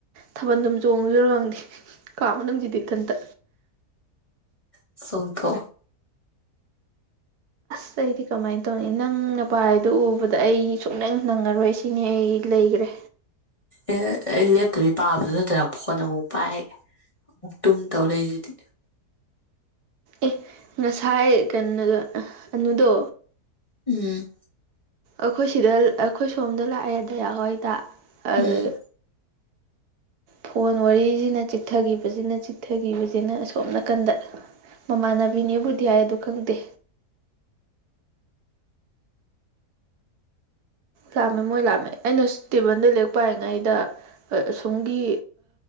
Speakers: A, on the right (about 75°); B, on the left (about 30°).
A: ꯊꯥꯕꯜꯗꯨꯝ ꯆꯣꯡꯉꯨꯁꯨꯔꯣ ꯈꯪꯗꯦ ꯀꯥ ꯃꯅꯨꯡꯁꯤꯗꯤ ꯏꯊꯟꯇ
B: ꯁꯨꯡꯄꯣ
A: ꯁꯗꯤ ꯀꯃꯥꯏꯅ ꯇꯧꯅꯤ ꯅꯪ ꯅꯄꯥ ꯍꯥꯏꯗꯣ ꯎꯕꯗ ꯑꯩ ꯁꯨꯡ ꯅꯪ ꯅꯪꯉꯔꯣꯏ ꯁꯤꯅꯤ ꯑꯩ ꯂꯩꯈ꯭ꯔꯦ
B: ꯑꯦ ꯑꯩ ꯂꯦꯞꯇꯕꯤ ꯄꯥꯕꯗꯨ ꯅꯠꯇꯅ ꯐꯣꯟ ꯑꯃꯨꯛ ꯄꯥꯏ ꯃꯛꯇꯨꯝ ꯇꯧ ꯂꯩꯖꯗꯤ
A: ꯑꯦ ꯉꯁꯥꯏ ꯀꯩꯅꯣꯗꯣ ꯑꯅꯨꯗꯣ
B: ꯎꯝ
A: ꯑꯩꯈꯣꯏ ꯁꯤꯗ ꯑꯩꯈꯣꯏ ꯁꯣꯝꯗ ꯂꯥꯛꯑꯦꯗ ꯍꯏꯗ ꯑꯗ
B: ꯎꯝ
A: ꯐꯣꯟ ꯋꯥꯔꯤꯁꯤꯅ ꯆꯤꯛꯊꯈꯤꯕꯁꯤꯅ ꯆꯤꯛꯊꯈꯤꯕꯁꯤꯅ ꯑꯁꯣꯝ ꯅꯥꯀꯟꯗ ꯃꯃꯥꯟꯅꯕꯤꯅꯦꯕꯨꯗꯤ ꯍꯥꯏꯏ ꯑꯗꯨ ꯈꯪꯗꯦ ꯂꯥꯝꯃꯦ ꯃꯣꯏ ꯂꯥꯑꯃꯦ ꯑꯩꯅ ꯏꯁꯇꯦꯕꯜꯗ ꯂꯦꯛ ꯄꯥꯏꯉꯩꯗ ꯑꯁꯣꯝꯒꯤ